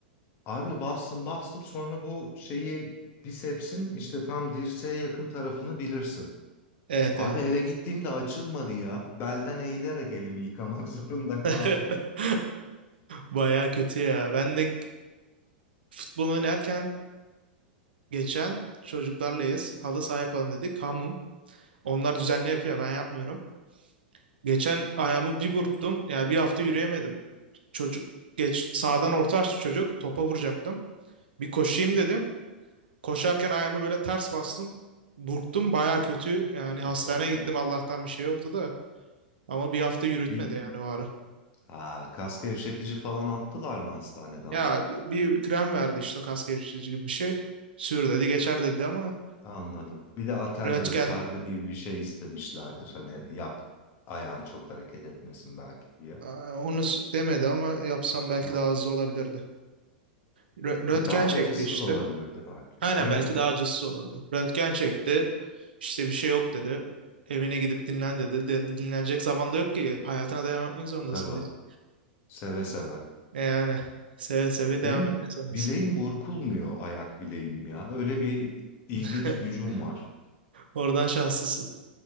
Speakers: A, on the left (about 40°); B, on the right (about 75°).
A: Abi bastım bastım sonra bu şeyi bisepsin işte tam dirseğe yakın tarafını bilirsin.
B: Evet
A: Abi
B: evet.
A: eve gittiğimde açılmadı ya. Belden eğilerek elimi yıkamak <laughs> zorunda kaldım.
B: <laughs> Baya kötü ya. Ben de futbol oynarken geçen çocuklarlayız. Halı saha yapalım dedik. Hamum. Onlar düzenli yapıyor. Ben yapmıyorum. Geçen ayağımı bir burktum. Yani bir hafta yürüyemedim. Çocuk geç sağdan orta açtı çocuk. Topa vuracaktım. Bir koşayım dedim. Koşarken ayağımı böyle ters bastım. Burktum baya kötü. Yani hastaneye
A: Bir şey olsun.
B: gittim. Allah'tan bir şey yoktu da. Ama bir hafta yürütmedi
A: Bir
B: yani o ara.
A: ha, kas gevşetici falan attılar mı hastaneden?
B: Ya bir, bir krem verdi işte kas gevşetici gibi bir şey. Sür dedi geçer dedi ama
A: Anladım. Bir de atel
B: röntgen
A: böyle sargı gibi bir şey istemişlerdir. Hani yap ayağın çok hareket etmesin belki diye.
B: Hmm. aa, onu s- demedi ama yapsam belki
A: Ha.
B: daha hızlı olabilirdi. Rö- Röntgen
A: Ya daha
B: çekti
A: acısız
B: işte.
A: olabilirdi belki.
B: Aynen
A: Evet,
B: belki daha acısız olurdu. Röntgen çekti. İşte bir şey yok dedi. Evine gidip dinlen dedi. De- dinlenecek zaman da yok ki. Hayatına devam etmek zorundasın
A: tabii.
B: bizim.
A: Seve seve.
B: E yani seve seve devam
A: Benim
B: etmek zorundasın.
A: bileğim burkulmuyor ayak bileğim ya. Öyle bir ilginç
B: <laughs>
A: gücüm var.
B: Oradan şanslısın.